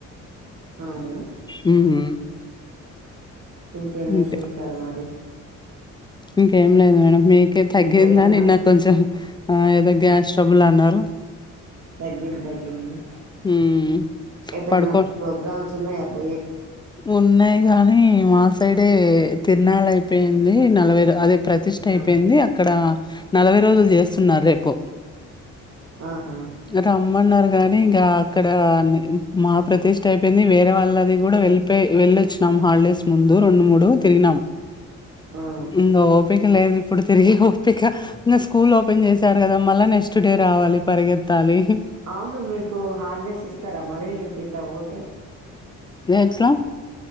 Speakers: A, on the right; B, on the left.
A: అవునా
B: హ్మ్.
A: <unintelligible>
B: ఇంక
A: మరి
B: ఇంకేం లేదు మేడం మీకే తగ్గిందాని
A: ఇంకెటన్నా
B: నాకు కొంచెం ఆ ఏదో గ్యాస్ ట్రబుల్ అన్నారు
A: తగ్గంది తగ్గింది
B: హ్మ్.
A: ఏదన్న
B: పడుకో
A: ప్రోగ్రామ్స్ ఉన్నాయా పో
B: ఉన్నాయి గాని మాస ఒక సైడే తిరునాళ అయిపోయింది నలభై అదే ప్రతిష్ట అయిపోయింది
A: ఆ
B: అక్కడ నలభై రోజులు జేస్తున్నారు రేపు
A: ఆహా
B: రమ్మన్నారు కానీ ఇంకా అక్కడ అని మా ప్రతిష్ట అయిపోయింది వేరే వాళ్ళది కూడా వెళ్ళి వెళ్ళొచ్చినం హాలిడేస్ ముందు రెండు మూడు ప్పుడు తిరిగినాం
A: ఆ
B: ఇంగ ఓపిక లేదు ఇప్పుడు తిరిగే ఓపిక న స్కూల్ ఓపెన్ చేశారు కదా మళ్ళ నెక్స్ట్ డే రావాలి పరిగెత్తాలి.
A: అవును మీకు హాలిడేస్ ఇస్తారా మరి మీ ఇట్లా పోతే
B: ఎ ఎట్లా